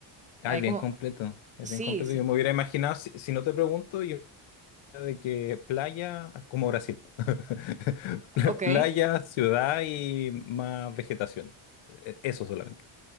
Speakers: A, on the right (about 15°); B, on the left (about 85°).
A: Hay
B: Ah, es bien
A: como,
B: completo, es
A: sí,
B: bien completo.
A: sí,
B: Yo me hubiera imaginado, si, si no te pregunto, yo de que playa, como Brasil, <laughs>
A: ok.
B: playa, ciudad y más vegetación. E- Eso solamente.